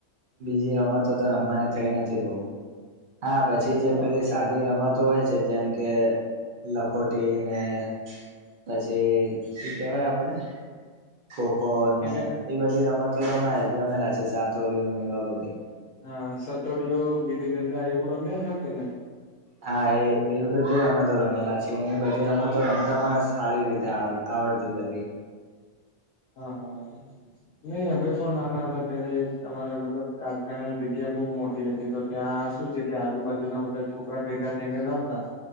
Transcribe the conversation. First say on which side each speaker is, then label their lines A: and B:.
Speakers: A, on the right; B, on the left.
A: બીજી રમતો તો રમવાની થઈ નથી બઉ. હા પછી જે
B: બરાબર
A: પેલી સા દી રમતો હોય છે જેમ કે લખોટી ને પછી શું કેવાય આપડે ખોખો
B: ગીલી
A: ને એ બધી રમતો રમેલા છે. સાતોલીયુ ને એવા બધી
B: હા સતોડીયુ, ગીલીદંદા એવું રમ્યા છો કે નહી?
A: હા એ એવી બધી રમતો રમેલા છે, અને એ બધી રમતો રમતા પણ સારી રીતે આવડે. આવડતી બધી
B: હાહા નહી અમે પણ નાના હતા ત્યારે અમારા મતલબ કારખાને જગ્યા બહુ મોટી હતી તો ત્યાં શું છે કે આજુબાજુના બધા છોકરા ભેગા થઈને રમતા.